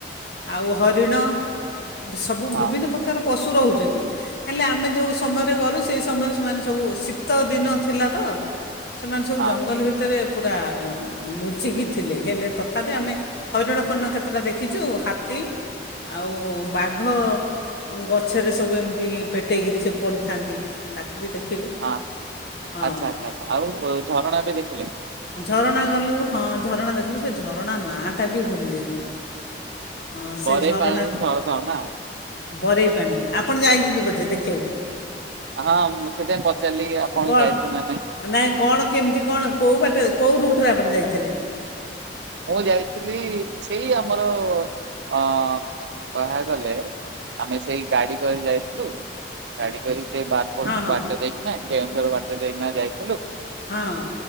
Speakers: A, on the left (about 60°); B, on the right (about 80°).
A: ଆଉ ହରିଣ ସବୁ
B: ହଁ
A: ବିଭିନ୍ନ ପ୍ରକାର ପଶୁ ରହୁଛନ୍ତି। ହେଲେ ଆମେ ଯେଉଁ ସମୟରେ ଗଲୁ ସେ ସମୟରେ ସେମାନେ ସବୁ ଶୀତ ଦିନ ଥିଲା ତ ସେମାନେ ସବୁ
B: ହଁ
A: ଜଙ୍ଗଲ ଭିତରେ ପୁରା ଲୁଚିକି ଥିଲେ ହେଲେ ତଥାପି ଆମେ ହରିଣ ଫରିଣ କେତେଟା ଦେଖିଛୁ, ହା ତୀ ଆଉ ବାଘ ଗଛରେ ସବୁ ଏମିତି ପେଟେଇକିରି ସେ ପଡ଼ିଥାନ୍ତି ତାକୁ ବି ଦେଖିଲୁ
B: ହଁ ଆଚ୍ଛା
A: ହଁ
B: ଆଚ୍ଛା ଆଛା ଆଉ ଝରଣା ବି ଦେଖିଲେ?
A: ହଁ, ଝରଣା ଗଲୁ ହଁ ଝରଣା ଦେଖିଲୁ ସେ ଝରଣା ନାଁଟା ବି ଭୁଲି ଯାଇଛି ମୁଁ ହଁ ସେ
B: ଘରେ
A: ଝରଣା
B: ପାଞ୍ଚ ଦିନ ଛଅ ଥର ନା
A: ବରେଇ ପାଣି ଆପଣ ଯାଇ ଛନ୍ତି ବୋଧେ ଦେଖିବାକୁ
B: ହଁ ମୁଁ ସେଥିପାଇଁ ପଚାରିଲି ଆପଣ
A: କଣ
B: ଯାଇଛନ୍ତି ନା
A: ନାଇଁ କଣ କେମିତି କଣ କୋଉ ବାଟେ କେଉ ରୁଟରେ ଆପଣ ଯାଇଥିଲେ?
B: ମୁଁ ଯାଇଥିଲି ସେଇ ଆମର ଅ କହା ଗଲେ ଆମେ ସେଇ ଗାଡି କରି ଯାଇଥିଲୁ ଗାଡି କରି ସେଇ ବାରପଟ
A: ହଁ ହଁ
B: ବାଟ ଦେଇକି ନା କେ ର ବାଟ ଦେଇକି ଯାଇ
A: ହଁ